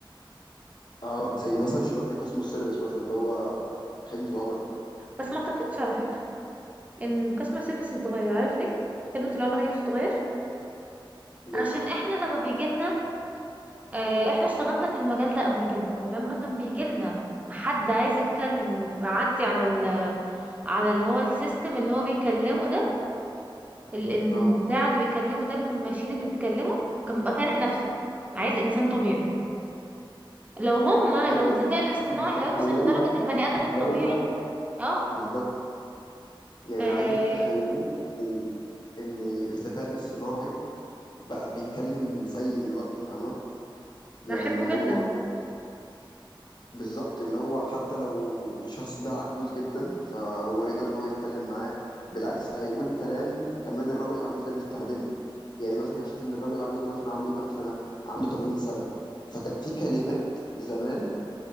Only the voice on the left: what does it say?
اه زي مثلا شغلة الكاستمر سيرفيس مثلا اللي هو خدمة العملاء
ليه
اه
ايوه
تخيلي
بقى
تخيلي
بقى
بالظبط يعني
انا عايزك تتخيلي ان ان الذكاء الاصطناعي بقى بيتكلم زي دلوقتي فاهمه يعني
اللي هو
بالظبط اللي هو حتى لو الشخص ده عجوز جدا فهو يقدر ان هو يتكلم معاه بالعكس هيقول كلام كمان الراجل العجوز ده بيستخدمه يعني مثلا هشوف ان الراجل العجوز ده مثلا عنده كام سنه عنده 80 سنه فكان في كلمات زمان